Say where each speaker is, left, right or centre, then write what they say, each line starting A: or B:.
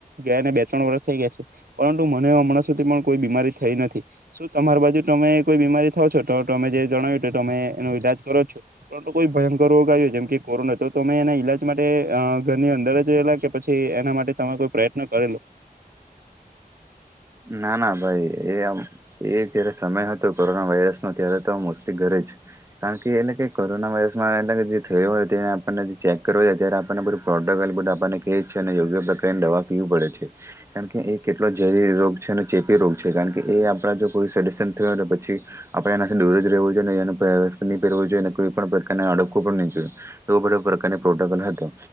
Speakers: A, on the right; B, on the right.
A: ગયાને બે ત્રણ વર્ષ થઈ ગયા છે પરંતુ મને હમણાં સુધી પણ કોઈ બીમારી થઈ નથી. શુ તમાર બાજુ તમે કોઈ બીમારી થવ છો તો તમે જે જણાવ્યું તો તમે એનો ઈલાજ કરો છો પરંતુ કોઈ ભયંકર રોગ આયવો જેમ કે કોરોના તો તમે એના ઈલાજ માટે અ ઘરની અંદર જ રહેલા કે પછી એના માટે તમે કોઈ પ્રયત્ન કરેલો
B: ના ના ભાઈ એ આમ એ જ્યારે સમય હતો કોરોના વાયરસનો ત્યારે તો મોસ્ટલી ઘરે જ કારણ કે એટલે કે કોરોના વાયરસમાં એટલે કે જે થયો હોય તેને આપને જે ચેક કરાવયે ત્યારે આપણને બધુ પ્રોટેબલ બધા આપણને કેય છે ને યોગ્ય પ્રકારની દવા પીવું પડે છે કારણ કે એ કેટલો ઝેરી રોગ છે અને ચેપી રોગ છે કારણ કે એ આપણા જો કોઈ <unintelligible> થયુ હોય તો પછી આપણે એનાથી દૂર જ રહેવું જોઈ ને એનું પેરવેશ પણની પહેરવો જોઈએ અને કોઈ પણ પ્રકારના અડકવુ પણની જોયએ એવો બધો પ્રકારની પ્રોટોકોલ હતો.